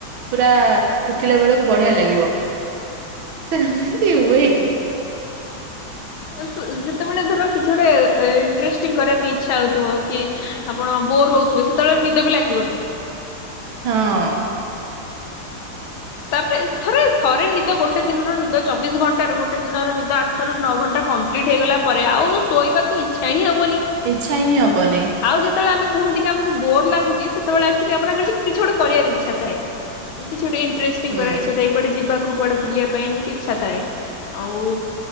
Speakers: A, on the right; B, on the left.
A: ପୁରା ଉଠିଲା ବେଳକୁ ବଢିଆ ଲାଗିବ ସେମୀତି ହୁଏ କି
B: ଇ ସେ ଯେତେବେଳେ ଧର କିଛି ଗୋଟେ ଇଣ୍ଟଷ୍ଟିଂ କରିବା ପାଇଁ ଇଚ୍ଛା ହଉଥିବ କି ଆପଣ ବୋର ହଉଥିବେ ସେତେବେଳେ ନିଦ ବି ଲାଗିବନି
A: ହଁ
B: ତାପରେ ଥରେ ଥରେ ନିଦ ଗୋଟେ ଦିନର ନିଦ ଚବିଶ ଘଣ୍ଟାରୁ ଗୋଟେ ଦିନର ନିଦ ଆ ଠରୁ ନଅ ଘଣ୍ଟା କମ୍ପ୍ଲିଟ୍ ହେଇଗଲା ପରେ ଆଉ ଶୋଇବାକୁ ଇ ଛା ହିଁ ହବନି ଆଉ
A: ଇଚ୍ଛା ହିଁ ହବନି
B: ଯେତେ ଯେତେବେଳେ ଆମ କୁହନ୍ତି କି ଆମକୁ ବୋର ଲାଗୁଛି ସେତେବେଳେ ଆକ୍ଚଲି ଆମର କିଛି ଗୋଟେ କରିବା ଇଛା ଥାଏ କିଛି ଗୋଟେ ଇଣ୍ଟଷ୍ଂ
A: ହୁଁ
B: କରିବାର ଇଚ୍ଛା ଥାଏ କୁଆଡେ ଯିବାକୁ କୁଆଡେ ବୁଲିବା ପାଇଁ ଏମିତି ଇଚ୍ଛା ଥାଏ ଆଉ